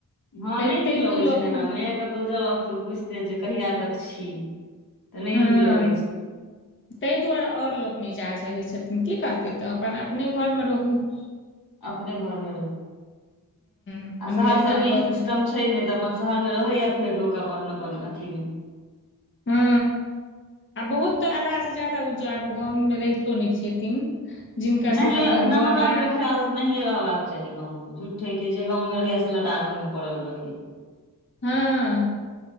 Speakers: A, on the left; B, on the left.
A: हँ,
B: तैं
A: नहि निक
B: तैं
A: लगैत
B: लोक
A: छै, ने एनामे
B: अपन
A: क कतऽ जाउ, केओ पूछि देत जे कहिया तक छी, तऽ नहि
B: हँ
A: नीक लगैत छै।
B: ताहि दुआरे आओर लोक नहि जाय चाहैतम छथिन की कहतै तऽ अपन अपने घरमे रहू। <inaudible>
A: अपने घरमे रह
B: अपन
A: आ शहर
B: भेड़ घाट
A: सभमे
B: कऽ
A: ई सिस्टम
B: के
A: छै। छै, नहि तऽ अपन शहरमे रहैया फेर लोक अपन अपन अथीमे।
B: हँ आ बहुत आधासँ ज्यादा उजब गाममे रहितो नहि छथिन। जिनकर
A: नहि
B: सबके अपन बर
A: हमरा
B: बाह
A: सभ खयाल। नहिये रहबाकऽ चाहि गावमे झुट्ठेके जे गावमे रहैया से लटार हम मे पड़ल रहैया।
B: हँ।